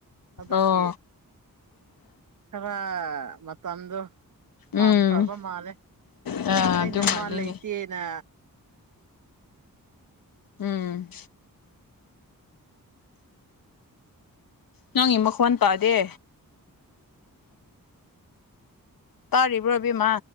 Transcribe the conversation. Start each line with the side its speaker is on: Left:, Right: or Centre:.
Right: ꯑꯗꯨꯒꯤ
Left: ꯑꯣ
Right: ꯈꯔ ꯃꯇꯝꯗꯣ ꯄꯥꯝꯈ꯭ꯔꯕ
Left: ꯎꯝ
Right: ꯃꯥꯜꯂꯦ
Left: ꯑ
Right: ꯑꯩꯅ
Left: ꯑꯗꯨ ꯃꯥꯜꯂꯤꯅꯦ
Right: ꯃꯥ ꯂꯩꯇꯦꯅ
Left: ꯎꯝ ꯅꯪꯒꯤ ꯃꯈꯣꯟ ꯇꯥꯗꯦ ꯇꯥꯔꯤꯕ꯭ꯔꯣ ꯑꯃꯦꯝꯃꯥ